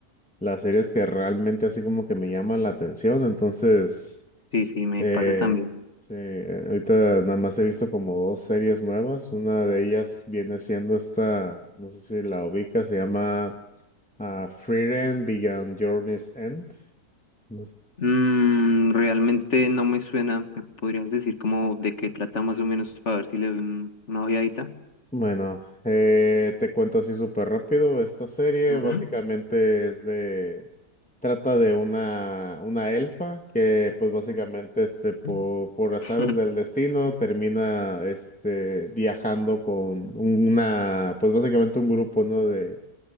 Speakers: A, in the centre; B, on the left (about 50°).
A: las series que realmente así como que me llaman la atención, entonces,
B: Sí, sí, me
A: eh,
B: pasa también.
A: sí, eh, ahorita nada más he visto como dos series nuevas, una de ellas viene siendo esta, no sé si la ubicas, se llama... Ah, Frieren Beyond Journey's End. No sé.
B: Mm, realmente no me suena. ¿Me podrías decir como de qué trata más o menos para ver si le doy un- una ojeadita?
A: Bueno, eh, te cuento así súper rápido. Esta serie
B: Ujú,
A: básicamente es de... Trata de una, una elfa que pues básicamente este, po-
B: ujú.
A: por azares
B: <laughs>
A: del destino termina este, viajando con una, pues básicamente un grupo, ¿no? de,